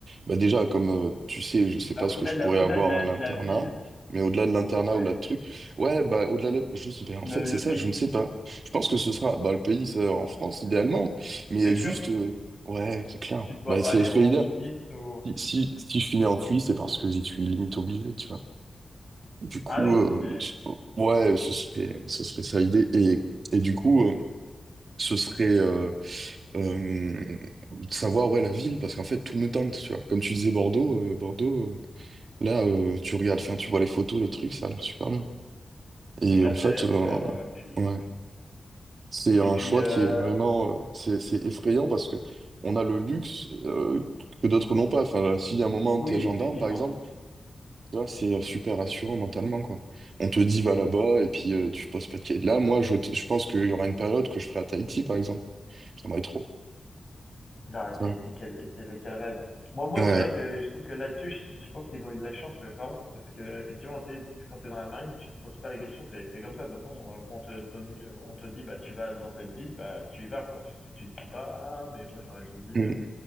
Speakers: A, on the right; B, on the left.
A: bah déjà, comme euh, tu sais, je sais pas
B: Ah, au-delà
A: ce que je
B: de
A: pourrais
B: la, au-delà
A: avoir
B: de la,
A: à l'internat.
B: de la ville,
A: Mais au-delà de l'internat,
B: ouais,
A: au-delà de trucs. Ouais, bah au-delà de. Je, sais- ben, en
B: le,
A: fait,
B: le
A: c'est ça,
B: pays,
A: je ne sais pas. Je pense que ce sera bah, le pays, ça, en France, idéalement. Mais
B: c'est
A: juste.
B: sûr?
A: euh, ouais, c'est clair.
B: Tu te vois
A: Bah,
B: pas
A: c'est
B: aller en
A: l'idéal.
B: Suisse ou...
A: Si, si, si je finis en cuit, c'est parce que j'y suis limite obligé, tu vois. Du coup,
B: Ah oui,
A: euh,
B: Ouais.
A: je- ouais, ce serait, ce serait ça l'idée. Et, et du coup, euh, ce serait euh, euh, de savoir ouais, la ville, parce qu'en fait, tout me tente, tu vois. Comme tu disais Bordeaux, euh, Bordeaux, euh, là, euh, tu regardes, enfin, tu vois les photos, les trucs, ça a l'air super bien. Et
B: c'est clair
A: en
B: que
A: fait,
B: ça a l'air
A: euh,
B: super. euh, puis,
A: ouais,
B: puis-
A: c'est
B: Et
A: un
B: puis,
A: choix
B: euh,
A: qui est vraiment, euh, c'est, c'est effrayant parce que on a le luxe euh, que d'autres n'ont pas. Enfin, si à un moment,
B: Oui,
A: t'es gendarme,
B: effectivement.
A: par exemple, Tu vois, c'est euh, super rassurant mentalement, quoi. On te dit va là-bas et puis euh, tu poses pas de questions. Là, moi, je, t- je pense qu'il y aura une période que je ferai à Tahiti, par exemple. J'aimerais trop.
B: Ah,
A: Ça.
B: t'as été quel, quel, quel rêve. Moi, moi,
A: Ouais.
B: c'est vrai que je trouve que là-dessus, je, je pense qu'ils ont eu de la chance, mes parents, c'est parce que, effectivement, tu quand t'es dans la marine, tu te poses pas la question, c'est, c'est comme ça, de toute façon, euh, quand on te, te- on te dit, bah, tu vas dans cette ville, bah, tu y vas, quoi. Tu, tu te dis pas, ah, mais moi, j'aurais voulu.
A: Mm.
B: euh.